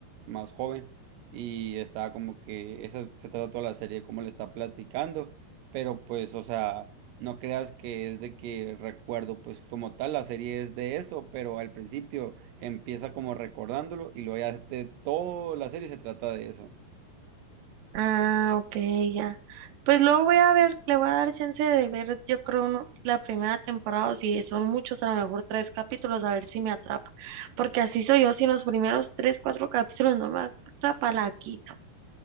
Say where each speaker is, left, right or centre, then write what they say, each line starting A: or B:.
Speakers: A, on the right; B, on the right.
A: más joven y está como que esa se trata toda la serie como le está platicando, pero pues o sea, no creas que es de que recuerdo pues como tal la serie es de eso, pero al principio empieza como recordándolo y luego ya te- toda la serie se trata de eso.
B: Ah, ok, ya. Pues luego voy a ver, le voy a dar chance de ver, yo creo, uno- la primera temporada, o si son muchos, a lo mejor tres capítulos, a ver si me atrapa. Porque así soy yo, si en los primeros tres, cuatro capítulos no me atrapa, la quito.